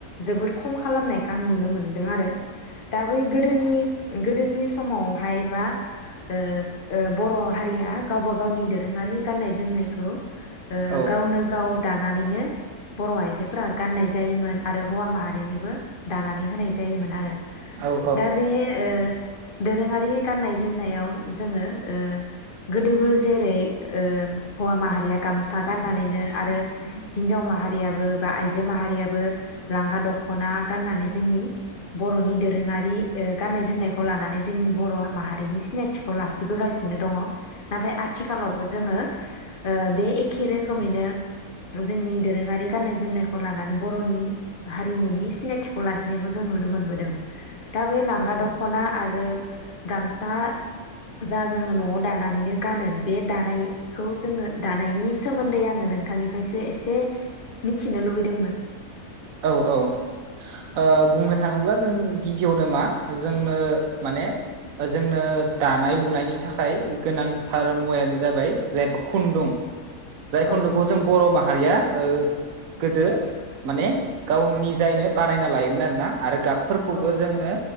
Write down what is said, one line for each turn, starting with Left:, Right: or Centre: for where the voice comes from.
Left: जोबोद खम खालामनायखौ आं नुनो मोनदों आरो दा बै गोदोनि गोदोनि समावहायबा ओ ओ बर' हारिया गावबा गावनि दोरोङारि गाननाय जोमनायखौ ओ
Right: औ
Left: गावनो गाव दा नानैनो बर' आइजोफोरा गाननाय जायोमोन आरो हौवा माहारिनोबो दानानै होनाय जायोमोन आरो
Right: औ
Left: दा बे ओ दोरोङारि गाननाय जोमनायाव जोङो ओ गोदोबो जेरै ओ हौवा माहारिया गामसा गाननानैनो आ आरो हिनजाव माहारियाबो बा आइजो माहारियाबो लांगा दखना गाननानै जोंनि बर'नि दोरोङारि ओ गाननाय जोमनायखौ लानानै जोंनि बर' माहारिनि सिनायथिखौ लाखिबोगासिनो दङ नाथाय आथिखालावबो जोङो बे एखे रो खोमैनो जोंनि दोरोङारि गाननाय जोमनायखौ लानानै बर'नि हारिमुनि सिनायथि खौ लाखिनायखौ जों नुनो मोनबोदों दा बे लांगा दखना आरो गामसा जा जोङो न'आव दानानैनो गानो बे दानायखौ जोङो दानायनि सोमोन्दै आङो नोंथांनिफ्रायसो एसे मिथिनो लुबैदोंमोन
Right: औ औ ओ बुंनो थाङोब्ला जों गिबियावनो मा जोंनो माने जोंनो दानाय लुनायनि थाखाय गोनांथार मुवायानो जाबाय जे खुन्दुं जाय खुन्दुखौ
Left: औ
Right: जों बर' मा हारिया ओ गोदो माने गावनि जायनो बानायना लायोमोन आरो ना आरो गाब फोरखौबो
Left: औ
Right: जोङो
Left: औ